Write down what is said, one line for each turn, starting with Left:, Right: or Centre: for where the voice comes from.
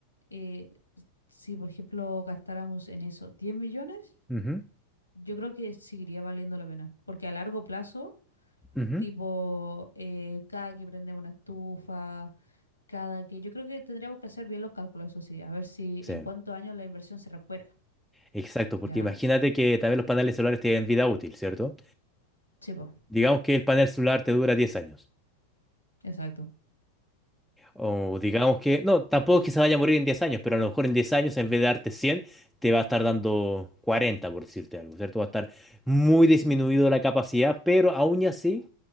Left: eh, si por ejemplo gastáramos en eso 10 millones,
Centre: Ujú,
Left: yo creo que seguiría valiendo la pena. Porque a largo plazo,
Centre: ujú.
Left: tipo, eh, cada que prendemos una estufa, cada que... Yo creo que tendríamos que hacer bien los cálculos, eso sí, a ver si
Centre: Sí,
Left: en cuántos años la inversión se recupera.
Centre: exacto, porque
Left: ¿Ya?
Centre: imagínate que también los paneles solares tienen vida útil, ¿cierto?
Left: Sí, po,
Centre: Digamos que el panel solar te dura 10 años.
Left: exacto.
Centre: O digamos que, no, tampoco es que se vaya a morir en 10 años, pero a lo mejor en 10 años en vez de darte 100 te va a estar dando 40 por decirte algo, ¿cierto? Va a estar muy disminuido la capacidad, pero aún y así,